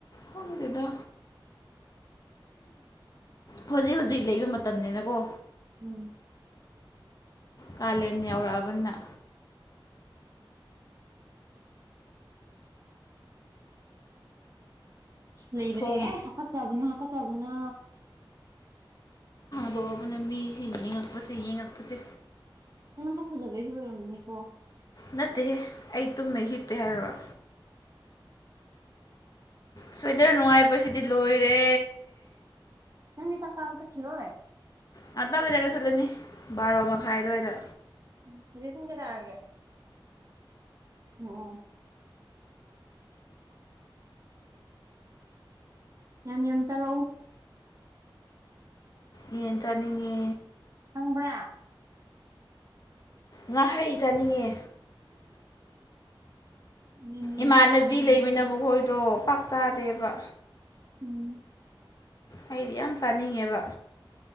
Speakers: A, on the left; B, on the right.
A: ꯈꯪꯗꯦꯗ ꯍꯧꯖꯤꯛ ꯍꯧꯖꯤꯛ ꯂꯩꯕ ꯃꯇꯝꯅꯤꯅꯀꯣ
B: ꯎꯝ
A: ꯀꯥꯂꯦꯟ ꯌꯧꯔꯛꯑꯕꯅꯤꯅ
B: ꯑ ꯂꯩꯕꯅꯦ
A: ꯊꯣꯡ
B: ꯑꯦ ꯍꯥꯀꯠ ꯆꯥꯕꯅ ꯍꯥꯀꯠ ꯆꯕꯅ
A: ꯕꯣꯕꯅ ꯃꯤ ꯁꯤ ꯌꯦ ꯉꯉꯛꯄꯁꯦ ꯌꯦ ꯉꯛꯄꯁꯦ
B: ꯅꯪ ꯅꯥꯁꯛ ꯐꯖꯕꯩꯁꯨ ꯑꯣꯏꯔꯝꯅꯤꯅꯥꯀꯣ
A: ꯅꯠꯇꯦꯍꯦ ꯑꯩ ꯇꯨꯝꯃꯦ ꯍꯤꯞꯄꯦ ꯍꯥꯏꯔꯔ ꯁ꯭ꯋꯦꯗꯔ ꯅꯨꯡꯉꯥꯏꯕꯁꯤꯗꯤ ꯂꯣꯏꯔꯦ
B: ꯅꯪ ꯆꯥꯛ ꯆꯥꯕꯥ ꯆꯠꯈꯤꯔꯣꯏ
A: ꯉꯛꯇꯪ ꯂꯩꯔꯒꯥ ꯆꯠꯂꯅꯤ ꯕꯥꯔꯣ ꯃꯈꯥꯏ
B: ꯎꯝ
A: ꯑꯗꯨꯋꯥꯏꯗ
B: ꯎꯝ ꯍꯧꯖꯤꯛ ꯄꯨꯡ ꯀꯌꯥ ꯇꯥꯔꯒꯦ ꯎꯝ ꯌꯥꯝ ꯌꯥꯝ ꯆꯥꯔꯛꯎ
A: ꯌꯦꯟ ꯆꯥꯅꯤꯡꯉꯦ
B: ꯈꯪꯕꯔ꯭
A: ꯉꯥꯏꯍꯥꯛꯩ ꯆꯥꯅꯤꯡꯉꯦ
B: ꯌꯥꯝ ꯌꯥꯝ
A: ꯏꯃꯥꯟꯅꯕꯤ
B: ꯆꯥꯔꯒ
A: ꯂꯩꯃꯤꯅ
B: ꯂꯥꯛꯑꯣ
A: ꯃꯈꯣꯏꯗꯣ ꯄꯥꯛ ꯆꯥꯗꯦꯕ
B: ꯎꯝ
A: ꯑꯩꯗꯤ ꯌꯥꯝ ꯆꯥꯅꯤꯡꯉꯦꯕ